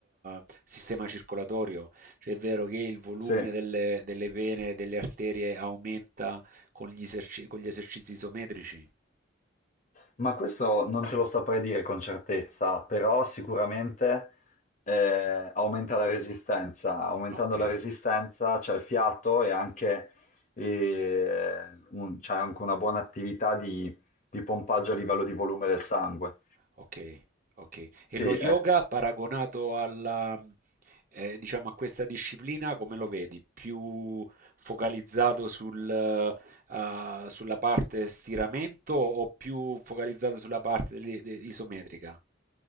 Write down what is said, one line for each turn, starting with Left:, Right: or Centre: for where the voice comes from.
Right: eh, sistema circolatorio, cioè è vero che il volume
Left: Sì,
Right: delle, delle vene e delle arterie aumenta con gli eserci- con gli esercizi isometrici?
Left: ma questo non te lo saprei dire con certezza, però sicuramente eh, aumenta la resistenza, aumentando
Right: Ok.
Left: la resistenza c'è il fiato e anche, eh, un- c'è anche una buona attività di, di pompaggio a livello di volume del sangue.
Right: Okay, okay. E
Left: Sì,
Right: lo yoga
Left: è
Right: paragonato alla ehm, diciamo a questa disciplina come lo vedi? Più focalizzato sul uhm, sulla parte stiramento o più focalizzato sulla parte dell'i de isometrica?